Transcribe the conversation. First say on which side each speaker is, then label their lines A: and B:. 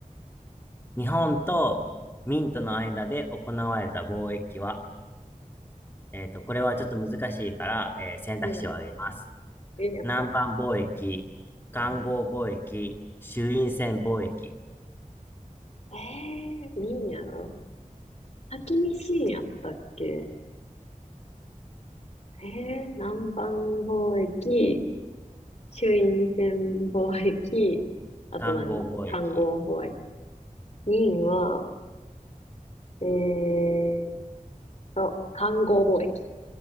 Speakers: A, on the left; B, on the left.
A: 日本と明との間で行われた貿易は、えーっと、これはちょっと難しいから、えー選択肢を挙げます。
B: ん、うん。え、やった。
A: 南蛮貿易、環合貿易、
B: うん。
A: 朱印船貿易、
B: えー、みんやろ先に新やったっけえー、南蛮貿易、朱印船貿易、あと何漢合貿易。
A: 環合貿易。
B: 任は、えーと、漢合貿易。